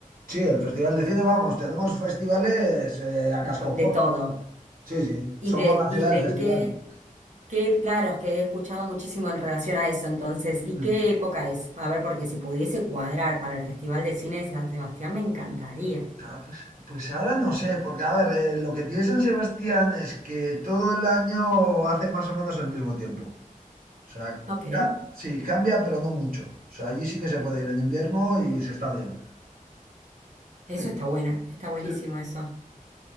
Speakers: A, on the right; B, on the right.
A: Sí, el Festival de Cine, vamos, tenemos festivales eh, a
B: P-
A: cascoporro.
B: De todo.
A: Sí, sí,
B: ¿Y
A: somos
B: de,
A: la ciudad
B: y de
A: del festival.
B: qué, qué? Claro, es que he escuchado muchísimo en relación a eso, entonces, ¿y
A: Mm.
B: qué época es? A ver, porque si pudiese cuadrar para el Festival de Cine de San Sebastián, me encantaría.
A: Ah, Pues, pues ahora no sé, porque a ver, eh, lo que tiene San Sebastián es que todo el año hace más o menos el mismo tiempo. O sea,
B: Ok, eh,
A: ca- sí, cambia, pero no mucho. O sea, allí sí que se puede ir en invierno y se está bien. <laughs>
B: eso está bueno, está buenísimo
A: Sí.
B: eso.